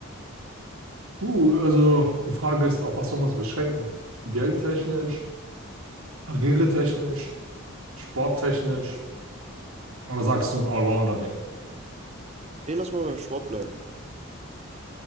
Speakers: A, on the right; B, on the right.
A: Puh, also die Frage ist, auf was sollen wir uns beschränken? Geldtechnisch, karrieretechnisch, sporttechnisch oder sagst du ein Allrounder-Ding?
B: Nee, lass mal beim Sport bleiben.